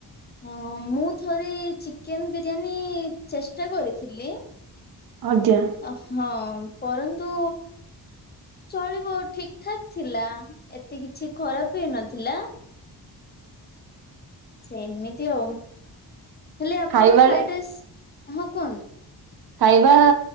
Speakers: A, on the left; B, on the right.
A: ହଁ ହଁ ମୁଁ ଥରେ ଚିକେନ ବିରିୟାନୀ ଚେଷ୍ଟା କରିଥିଲି।
B: ଆଜ୍ଞା।
A: ଆ ହଁ ପରନ୍ତୁ ଚଳିବ ଠିକ ଠାକ୍ ଥିଲା। ଏତେ କିଛି ଖରାପ ବି ହେଇ ନଥିଲା। ସେମିତି ଆଉ। ହେଲେ ଆପଣ
B: ଖାଇବା
A: ଫ୍ରାଇଡ ରାଇସ୍ ହଁ କୁହନ୍ତୁ।
B: ଖାଇବା